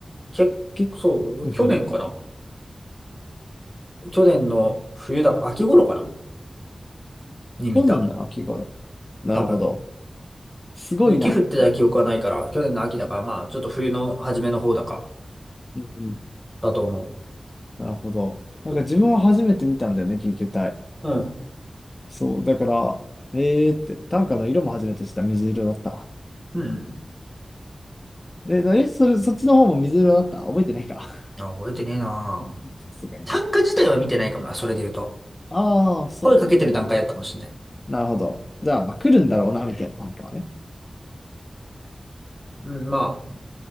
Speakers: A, in the centre; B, on the left.
A: 結構、
B: 結
A: そう、
B: 構、
A: 去年かな。
B: <laughs>
A: 去年の冬だか、秋頃かなに見た。
B: 去年の秋頃。なるほど。
A: 多分。
B: すごいな。
A: 雪降ってた記憶はないから、去年の秋だから、まあ、ちょっと冬の初めの方だか、
B: うんうん
A: だと思
B: なるほど。なんか自分は初めて見たんだよね、
A: う。えこ
B: 聞けたい。
A: うん。
B: そう、だから、えーって、短歌の色も初めて知った、水色だった。
A: うん。
B: で、え、それ、そっちの方も水色だった覚えてないか <laughs>
A: あ、覚えてねえな
B: さすがにね。
A: 単価自体は見てないかもな、それで言うと。
B: ああ、そ
A: 声かけてる段階だったかもしんない。
B: う。なるほど。じゃあ、まあ、来るんだろうな、みたいな短歌はね。
A: うん、まあ、